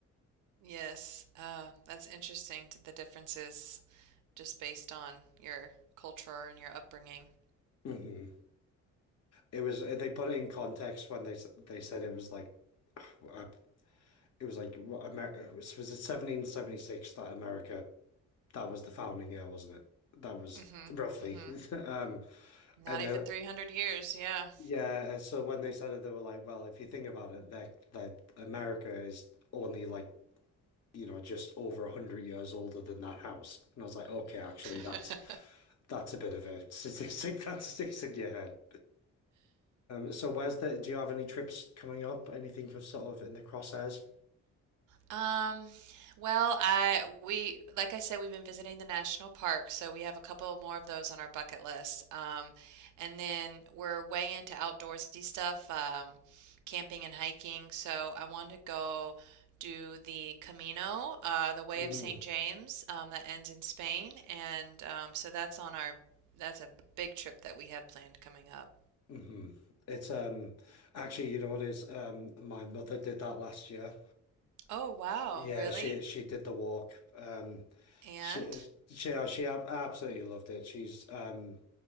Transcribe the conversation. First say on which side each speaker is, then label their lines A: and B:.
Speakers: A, on the right; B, on the left.
A: yes. Uh, that's interesting to the differences just based on your culture and your upbringing.
B: Mhm. It was they put it in context when they s- they said it was like uh, it was like what America was was it 1776 that America that was the founding year, wasn't it? That was
A: Mm-hmm.
B: roughly.
A: Mm-hmm.
B: <laughs> Um
A: Not
B: and
A: even
B: they
A: 300 years, yeah.
B: yeah, and so when they said it they were like, well, if you think about it, that that America is only like, you know, just over 100 years older than that house. And I was like, okay, actually that's
A: <laughs>
B: that's a bit of a statistic <laughs> that's sticks in your head. So where's the, do you have any trips coming up? Anything for sort of in the crosshairs?
A: Um, well, I we like I said, we've been visiting the national park, so we have a couple more of those on our bucket list. Um, and then we're way into outdoorsy stuff, um, camping and hiking. So I want to go do the Camino, uh, the Way
B: Mm,
A: of St. James, um, that ends in Spain, and um, so that's on our that's a big trip that we have planned coming up.
B: hmm It's um actually, you know what it is? Um my mother did that last year.
A: Oh wow,
B: Yeah,
A: really?
B: she she did the walk. Um
A: And
B: she she uh, she ab- absolutely loved it. She's um